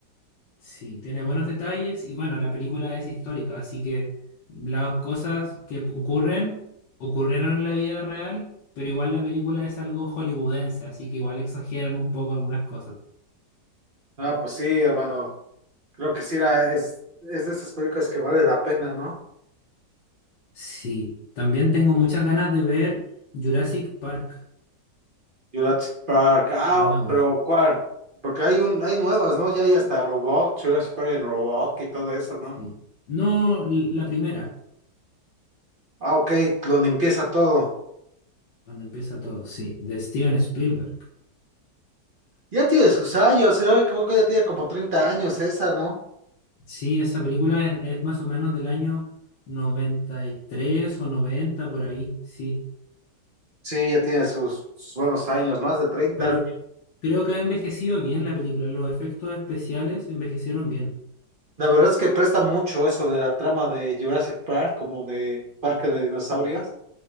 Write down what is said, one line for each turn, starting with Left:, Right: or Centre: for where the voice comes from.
Left: Sí, tiene buenos detalles y bueno, la película es histórica, así que las cosas que p- ocurren, ocurrieron en la vida real, pero igual la película es algo hollywoodense, así que igual exageran un poco algunas cosas.
Right: Ah, pues sí, hermano. Creo que sí, era, es, es de esas películas que vale la pena, ¿no?
Left: Sí, también tengo muchas ganas de ver Jurassic Park
Right: Jurassic Park, ah,
Left: de nuevo.
Right: pero ¿cuál? Porque hay un, hay nuevas, ¿no? Ya hay hasta Roblox, Jurassic Park en Roblox y todo eso, ¿no?
Left: Sí. No l- la primera,
Right: Ah, ok, donde empieza todo.
Left: cuando empieza todo, sí, de Steven Spielberg.
Right: Ya tiene sus años, si no me equivoco, ya tiene como 30 años esa, ¿no?
Left: Sí, esa película es, es más o menos del año 93 o 90 por ahí, sí.
Right: Sí, ya tiene sus, sus buenos años, más de 30.
Left: Pero creo que ha envejecido bien la película. Los efectos especiales envejecieron bien.
Right: La verdad es que presta mucho eso de la trama de Jurassic Park, como de Parque de Dinosaurios.